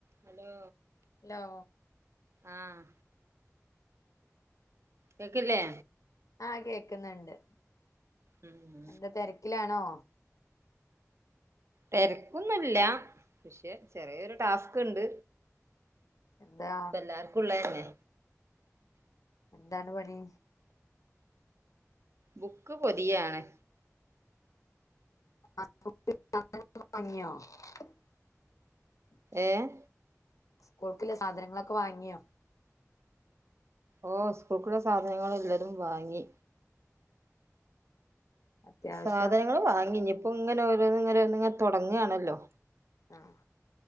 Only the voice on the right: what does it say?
hello
ആഹ് കേക്കില്ലേ
ഉം
തിരക്കൊന്നില്ല പക്ഷെ ചെറിയൊരു ടാസ്ക് ഉണ്ട്
ഇപ്പം എല്ലാ ർ ക്കും ഇള തന്നെ
ബുക്ക് പൊതിയാണ്
ഏഹ്
ഓഹ് സ്കൂൾക്കുള്ള സാധനങ്ങൾ എല്ലതും വാങ്ങി.
സാധനങ്ങള് വാങ്ങി ഇനിയിപ്പോ ഇങ്ങനെ ഓരോന്ന് ഇങ്ങനെ തൊടങ്ങാണല്ലോ.